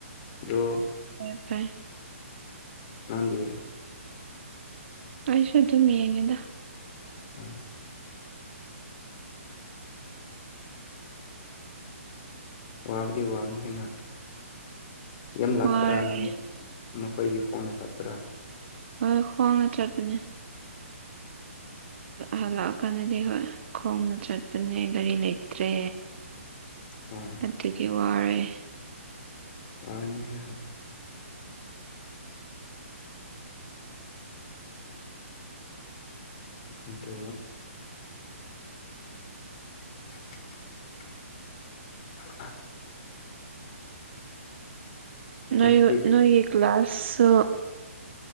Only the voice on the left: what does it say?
ꯑꯗꯨ
ꯄꯪꯒꯤ
ꯎꯝ ꯋꯥꯕꯗꯤ ꯋꯥꯅꯤ ꯍꯥꯏꯅ ꯌꯥꯝ ꯂꯥꯞꯄ꯭ꯔꯥꯅ
ꯅꯈꯣꯏꯒꯤ ꯈꯣꯡꯅ ꯆꯠꯄ꯭ꯔꯥ
ꯎꯝ
ꯋꯥꯅꯤ ꯍꯥꯏ ꯍꯣꯏ ꯑꯇ <unintelligible> ꯑ
ꯉꯁꯤ